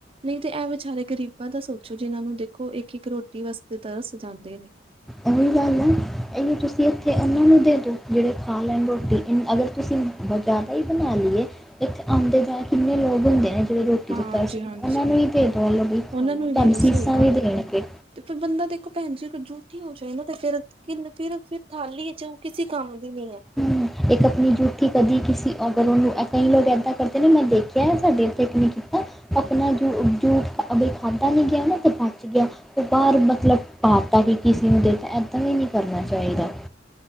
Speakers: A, on the right (about 30°); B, in the centre.
A: ਨਹੀਂ ਤੇ ਇਹ ਵਿਚਾਰੇ ਗ਼ਰੀਬਾਂ ਦਾ ਸੋਚੋ ਜਿਹਨਾਂ ਨੂੰ ਦੇਖੋ ਇੱਕ ਇੱਕ ਰੋਟੀ ਵਾਸਦੇ ਤਰਸ ਜਾਦੇ ਨੇ।
B: ਇਹੀ ਗੱਲ ਐ। ਇਹੀ ਤੁਸੀਂ ਇੱਥੇ, ਇਹਨਾਂ ਨੂੰ ਦੇਦੋ, ਜਿਹੜੇ ਖਾ ਲੈਣ ਰ੍ਹੋਟੀ ਇਨ ਅਗਰ, ਤੁਸੀਂ ਵਧ ਜਿਆਦਾ ਹੀ ਬਣਾਲੀ ਏ, ਇੱਥੇ ਆਉਂਦੇ ਜਾ ਕਿੰਨੇ ਲੋਕ ਹੁੰਦੇ ਨੇ। ਜਿਹੜੇ ਰ੍ਹੋਟੀ
A: ਹਾਂਜੀ
B: ਨੁੰ ਤਰਸਦੇ,
A: ਹਾਂਜੀ।
B: ਉਹਨਾਂ ਨੂੰ ਵੀ ਦੇਦੋ ਆਲੋ ਵੀ
A: ਉਹਨਾਂ
B: ਖਾਲੋ।
A: ਨੂੰ ਹੀ
B: ਤੁਹਾਨ
A: ਦੇ ਦੋ
B: ਅਸੀਸਾਂ
A: ਸਹੀ ਗੱਲ
B: ਵੀ
A: ਏ।
B: ਦੇਣਗੇ।
A: ਤੇ ਫਿਰ ਬੰਦਾ ਦੇਖੋ ਭੈਣ ਜੀ, ਇੱਕ ਜੂਠੀ ਹੋ ਜਾਏ ਨਾ, ਤੇ ਫਿਰ ਕਿੰਨ, ਫਿਰ, ਫਿਰ ਥਾਲੀ ਈਚੋ ਓ ਕਿਸੇ ਕੰਮ ਦੀ ਨੀ ਹੈ।
B: ਹੂੰ। ਇੱਕ ਅਪਣੀ ਜੂਠੀ ਕਦੀ ਕਿਸੀ ਅਗਰ ਉਹਨੂੰ ਕਈ ਲੋਕ ਐਦਾਂ ਈ ਕਰਦੇ ਨੇ ''ਮੈਂ ਦੇਖਿਆ, ਸਾਡੇ ਉੱਥੇ ਇੱਕ ਨੇ ਕੀਤਾ ਅਪਣਾ ਜੂ, ਜੂਠ ਅਗੇ ਖਾਧਾ ਨੀ ਗਿਆ ਨਾ, ਤੇ ਬਚਗਿਆ ਉਹ ਬਾਹਰ ਮਤਲਬ, ਪਾ-ਪਾ ਵੀ ਕਿਸੇ ਨੂੰ ਦੇਤਾ ਐਦਾਂ ਵੀ ਨਹੀਂ ਕਰਨਾ ਚਾਹੀਦਾ।